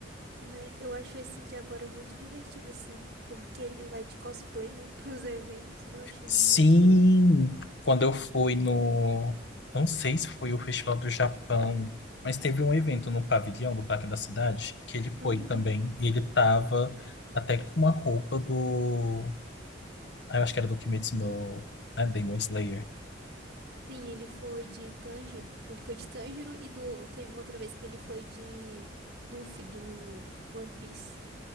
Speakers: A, on the right; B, on the left.
A: Né? Eu acho esse de agora muito divertido, assim, porque ele vai de cosplay, né, <laughs> pros eventos. Eu achei
B: Sim,
A: muito legal.
B: quando eu fui no, não sei se foi o Festival do Japão, mas teve um evento no pavilhão do Parque da Cidade que ele foi
A: Uhum.
B: também e ele tava até com uma roupa do, ah, eu acho que era do Kimetsu no, né, Demon Slayer.
A: Sim, ele foi de Tanjiro. Ele foi de Tanjiro e do... teve uma outra vez que ele foi de Luffy, do One Piece.